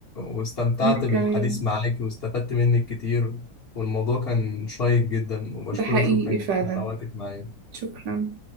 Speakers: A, on the left; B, on the right.
A: واستمتعت
B: وأنا
A: بالحديث
B: كمان
A: معاك واستفدت منك كتير والموضوع كان شيق جدا وبشكرك
B: ده حقيقي
A: شكرا جدا
B: فعلا
A: على وقتك معايا
B: شكرا